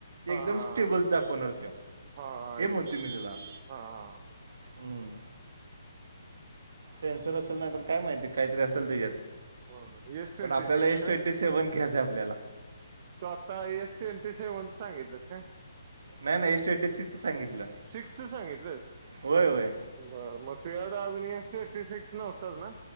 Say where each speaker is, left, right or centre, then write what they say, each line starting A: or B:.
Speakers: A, on the right; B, on the right.
A: ते
B: हा
A: एकदम
B: हा
A: स्टेबल दाखवणार ते
B: हा हा आई
A: हे म्हणते
B: शपथ
A: मी तुला.
B: हा हां
A: <unintelligible> हम्म सेन्सर असेल नाही तर काय माहिती काहीतरी असल त्याच्यात
B: मध्ये एस ट्वेंटी
A: पण आपल्याला
B: सिक्स
A: एस
B: काय
A: ट्वेंटी सेव्हन घ्यायचंय आपल्याला.
B: तू आता एसट एंट्री सेव सांगितलंस.
A: नाही नाही एस ट्वेटी सिक्सच सांगितलं.
B: सिक्स्थ सांगितलंस.
A: होय होय
B: बर म एर्ड अजून अ एटी सिक्स न होतात ना?